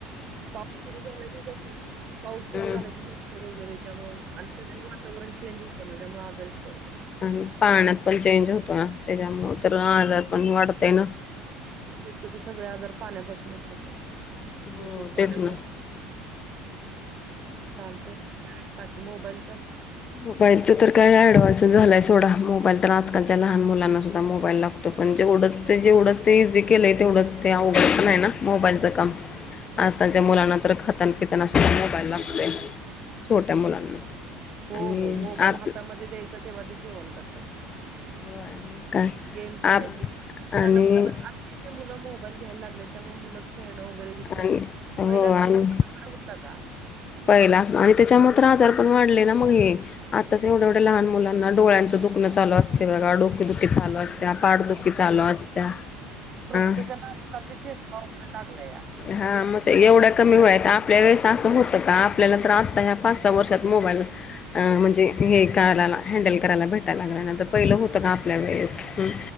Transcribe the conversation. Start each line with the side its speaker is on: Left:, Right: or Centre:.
Right: पाऊस सुर झाला गे पाऊस सुरू
Left: हम्म
Right: झाला गे. अ वगैरे त्यामुळे आणि सगळना वातावरण चेंज होतं ना त्यामुळे आजारीच पडतं.
Left: आणि पाहण्यात पण चेंज होतो ना त्याच्यामुळे तर आजार पण वाढतय ना.
Right: शेतकत सगळे आजार पाण्यापासूनच होतात
Left: हो
Right: दूषित पाण्यामुळे
Left: तेच ना
Right: चालते काय बाकी मोबाईलच.
Left: मोबाईलच तर काय ऍडव्हान्स झालाय सोडा मोबाईल तर आजकालच्या लहान मुलांना सुद्धा मोबाईल लागतो. त पण जे उडत ते जे उडत ते इझी केलं ते उडत ते उघड पण आहे ना मोबाईलचं काम आजकालच्या मुलांना तर खातनपितना सुद्धा मोबाईल लागतोय छोट्या मुलांना
Right: हो
Left: आणि
Right: हो मोबाईल
Left: आप
Right: हातामध्ये द्यायचा तेव्हा ते जेवण करतात.
Left: होय मग काय
Right: गेम खेळायची
Left: आप
Right: मुलांना
Left: आणि
Right: आ मुलं मोबाईल घ्यायला लागले त्यामुळे मुलं खेळणं वगैरे विसरलं
Left: आणि हो
Right: पहिला
Left: आणि
Right: होत का?
Left: पहिला आणि त्याच्या मत्र आजार पण वाढले ना मग हे. आताच एवढ्या एवढ्या लहान मुलांना डोळ्यांचं दुखणं ल असते बघ ड. दुे दुखी चालू असत्या पाडदुःखी चालू असत्या.
Right: प्रत्येकाना
Left: हा
Right: आजकाल ते चष्मा वगैरे लागलाय या दृष्ट
Left: हा मग एवढ्या कमी वय आपल्या वेळेस असं होतं का आपल्याला त्रता ह पाच सहा वर्षात मोबाईल अ म्हणजे हे करायला हँडल करायला भेटायला लागल्या नंतर पहिलं होतं का आपल्या वेळेस हम्म.